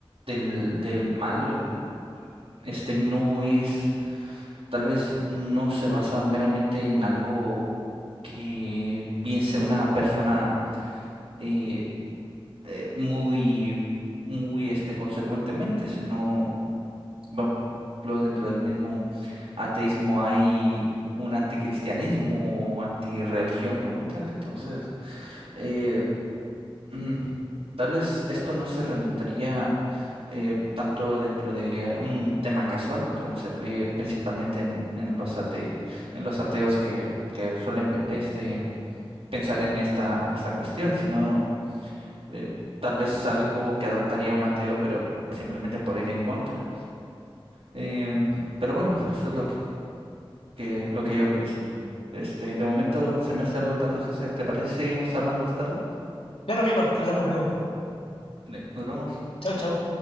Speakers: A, on the right; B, on the left.
A: del, del mal, este, no es, tal vez no se basa meramente en algo que piense una persona eh, eh, muy, muy, este, consecuentemente, sino Bueno, ejemplo, dentro del mismo ateísmo hay un anticristianismo o antirreligión como tal. Entonces, eh, <clears throat> mm, tal vez esto no se remontaría eh, tanto dentro de un tema casual como se ve principalmente en, en los ate- en los ateos que, que suelen pe- este, pensar en esta, en esta cuestión, sino eh, tal vez algo que adoptaría un ateo, pero simplemente por ir en contra. Em, pero bueno, eso es lo que que lo que yo pienso. Este, de momento se me hace algo tarde, José. ¿Te parece si seguimos hablando más tarde?
B: Claro, claro, hablamos luego.
A: Ne- Nos vemos.
B: Chau, chau.